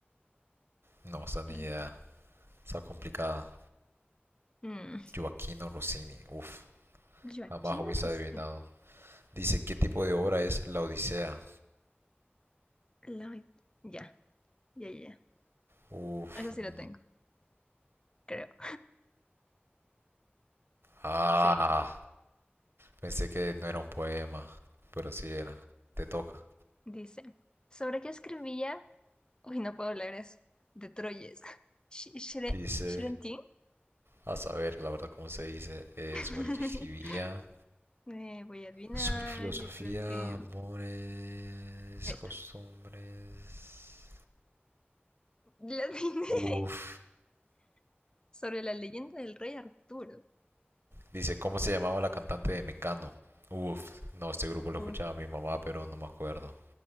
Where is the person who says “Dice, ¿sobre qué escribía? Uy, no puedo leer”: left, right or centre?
Left